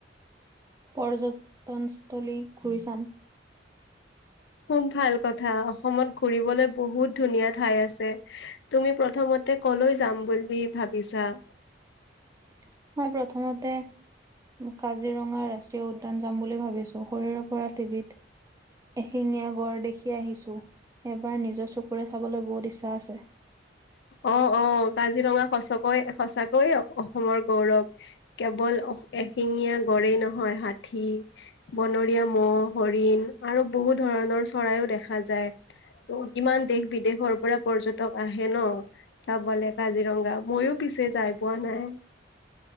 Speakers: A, on the right (about 15°); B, on the left (about 65°).
A: পৰ্যটনস্থলী ঘূৰি চাম।
B: খুব ভাল কথা অসমত ঘুৰিবলৈ বহুত ধুনীয়া ঠাই আছে তুমি প্ৰথমতে কলৈ যাম বুলি ভাবিছা? উ
A: <unintelligible> কাজিৰঙা ৰাষ্ট্ৰীয় উদ্যান যাম বুলি ভাবিছো শৰোৰে পৰা টিভিত এশিঙীয়া গড় দেখি আহিছোঁ এবাৰ নিজৰ চকুৰে চাবলৈ বহুত ইচ্ছা আছে।
B: অ অ কাজিৰঙা সঁচকৈয়ে সঁচাকৈয়ে অসমৰ গৌৰৱ। কেৱল এশিঙীয়া গড়ই নহয় ষাঠি বনৰীয়া মহ হৰিণ আৰু বহু ধৰণৰ চৰাইও দেখা যায় ত ইমান দেশ বিদেশৰ পৰা পৰ্যটক হে ন চাবলে কাজিৰঙা মইো পিছে যাই পোৱা নাই।